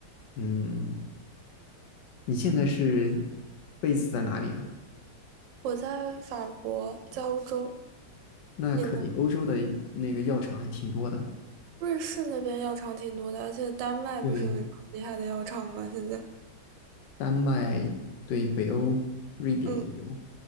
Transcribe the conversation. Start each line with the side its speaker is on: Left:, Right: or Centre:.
Left: 嗯，你现在是 b a 在哪里啊？
Right: 我在法国，在欧洲，
Left: 那可以，
Right: 你呢？
Left: 欧洲的那个药厂还挺多的。
Right: 瑞士那边药厂挺多的，而且丹麦不是有一个很厉害的药厂吗？
Left: 对，
Right: 现在，
Left: 丹麦，对，北欧，瑞典也有，
Right: 嗯，